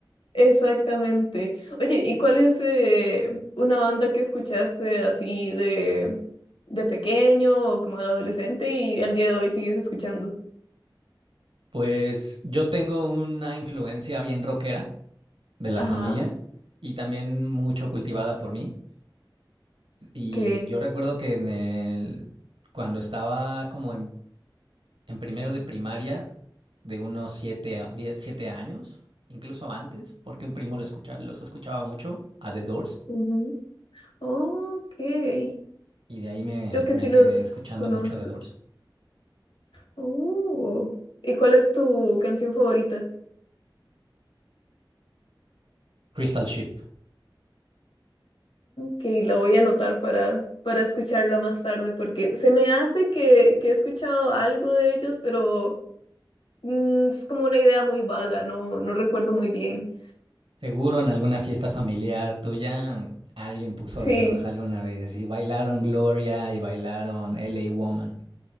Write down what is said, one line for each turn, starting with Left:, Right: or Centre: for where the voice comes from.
Left: Exactamente. Oye, ¿y cuál es eh, una banda que escuchaste así de, de pequeño o como adolescente y al día de hoy sigues escuchando?
Right: Pues yo tengo una influencia bien rockera de la
Left: Ajá,
Right: familia y también mucho cultivada por mí. Y
Left: ok.
Right: yo recuerdo que en el, cuando estaba como en en primero de primaria de unos siete, a- die- siete años, incluso antes, porque un primo lo escucha- los escuchaba mucho a The Doors
Left: Ujú. Ok.
Right: y de ahí me,
Left: Creo que
Right: me
Left: sí
Right: quedé
Left: los
Right: escuchando
Left: conozco.
Right: mucho a The Doors.
Left: Oh. ¿Y cuál es tu canción favorita?
Right: Crystal Ship.
Left: Que la voy a anotar para, para escucharla más tarde, porque se me hace que, que he escuchado algo de ellos, pero mm, es como una idea muy vaga, no, no recuerdo muy bien.
Right: Seguro en alguna fiesta familiar tuya alguien puso
Left: Sí,
Right: The Doors alguna vez y bailaron Gloria y bailaron LA Woman.